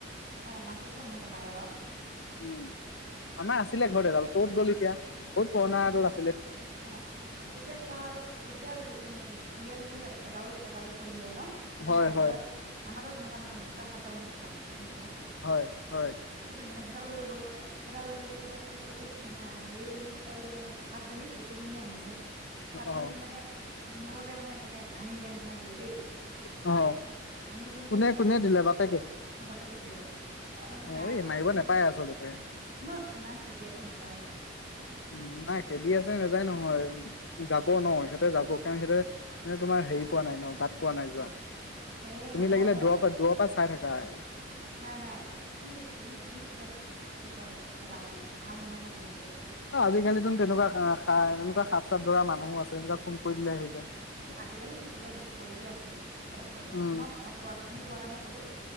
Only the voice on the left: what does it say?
উম আমাৰ আছিলে ঘৰ এডাল কত গ'ল এতিয়া বহুত পুৰনা এডাল আ
হয়
হয়
হয় হয়
অ
অ
কোনে
কোনে দিলে বাপেকে
অ
এই মাৰিব
নাপায় আচলতে
উম নাই খেদি আছে নাযায় নহয় যাব নহ সিহঁতে যাব কাৰণ সিহঁতে মানে তোমাৰ হেৰি পোৱা নাই নহ বাট পোৱা নাই যোৱা
তুমি
লাগিলে
দুৱৰ পৰা দুৱাৰ পৰা চাই থাক প্ৰায়
অ', আজিকালিতোন তেনেকুৱা এনেকুৱা হাফ চাপ ধৰা মানুহ আছে সনোক ফোন কৰি দিলে আহি যায়।
উম